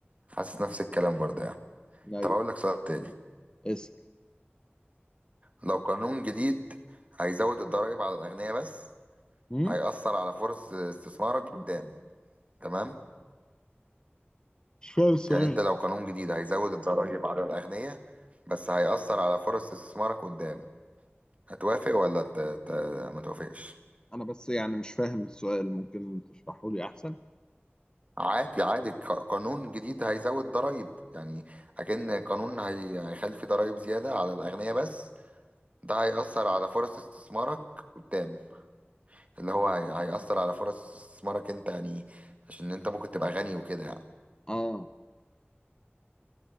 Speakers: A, on the right (about 35°); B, on the left (about 20°).
A: حاسس نفس الكلام برضه يعني
B: ايوه
A: طب اقول لك سؤال تاني
B: اسال
A: لو قانون جديد هيزود الضرائب على الاغنياء بس
B: هم؟
A: هيأثر على فرص استثمارك قدام تمام
B: مش فاهم السؤال
A: يعني انت لو قانون جديد هيزود الضرائب على الأغنياء بس هيأثر على فرص استثمارك قدام هتوافق ولا ت... ت... ما توافقش
B: انا بس يعني مش فاهم السؤال ممكن تشرحه لي احسن
A: عادي عادي ق- قانون جديد هيزود ضرائب يعني أكن قانون هي... هيخلي فيه ضرائب زيادة على الأغنياء بس ده هيأثر على فرص استثمارك قدام اللي هو هي... هيأثر على فرص استثمارك انت يعني عشان انت ممكن تبقى غني وكده يعني
B: اه